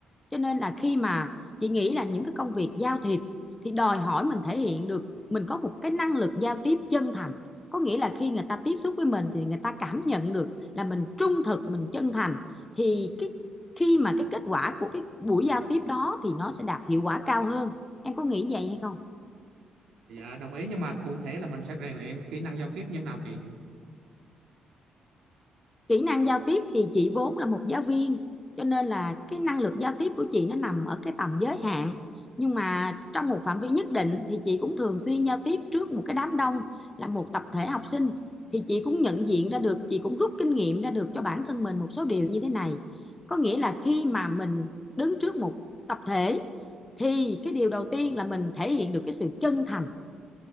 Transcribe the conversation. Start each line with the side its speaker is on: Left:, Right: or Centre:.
Left: cho nên là khi mà chị nghĩ là những cái công việc giao thiệp thì đòi hỏi mình thể hiện được mình có một cái năng lực giao tiếp chân thành có nghĩa là khi người ta tiếp xúc với mình thì người ta cảm nhận được là mình trung thực mình chân thành thì cái khi mà cái kết quả của cái buổi giao tiếp đó thì nó sẽ đạt hiệu quả cao hơn em có nghĩ vậy hay không
Right: dạ đồng ý nhưng mà cụ thể là mình sẽ rèn luyện kỹ năng giao tiếp như thế nào chị
Left: kỹ năng giao tiếp thì chị vốn là một giáo viên cho nên là cái năng lực giao tiếp của chị nó nằm ở cái tầm giới hạn nhưng mà trong một phạm vi nhất định thì chị cũng thường xuyên giao tiếp trước một cái đám đông là một tập thể học sinh thì chị cũng nhận diện ra được chị cũng rút kinh nghiệm ra được cho bản thân mình một số điều như thế này có nghĩa là khi mà mình đứng trước một tập thể thì cái điều đầu tiên là mình thể hiện được cái sự chân thành